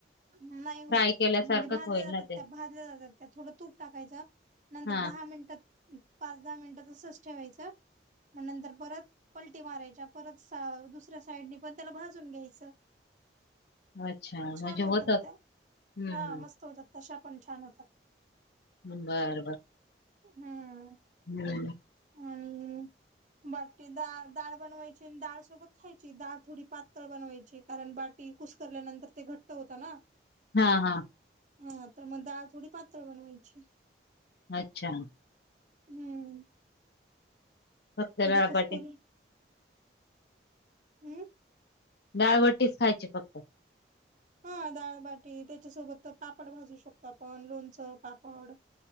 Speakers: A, on the right; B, on the left.
A: नाही होत?
B: फ्राय केल्यासारखंच
A: म्हणजे भाजल्या
B: होईल
A: जातात.
B: ना ते
A: त्या भाजल्या जातात. त्या थोडं तूप टाकायचं नंतर
B: हा
A: दहा मिनिटात पाच दहा मिनिटात असच ठेवायचं मग नंतर परत पलटी मारायच्या परत दुसऱ्या साईडनी पण, त्याला भाजून घ्यायचं.
B: अच्छा म्हणजे
A: छान होतात
B: होत
A: त्या,
B: हम्म
A: हा मस्त होतात. तशा पण छान! होतात.
B: बर बर! !..
A: हम्म!..
B: हम् <unintelligible>
A: आणि बाटी डाळ डाळ बनवायची आणि डळ सोबत खायची डाळथोडी पातळ बनवायची. कारण बाटी कुसकरल्यानंतर ते घट्ट होत ना?
B: हा हा! !..
A: हा तर मग डाळ थोडी पातळत बनवायची.
B: अच्छा! !..
A: हम्म!.
B: फक्त डाळबाटी
A: दे कुस करून हु
B: डाळ बटीच खायची फक्त!..
A: हा डाळबाटी त्याच्यासोबत पापड भाजू शकतो. आपण लोणचं पापड.